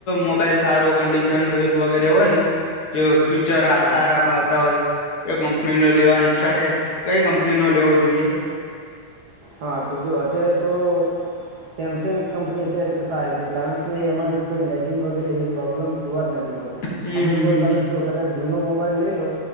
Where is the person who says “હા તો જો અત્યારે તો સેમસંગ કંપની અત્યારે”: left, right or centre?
Right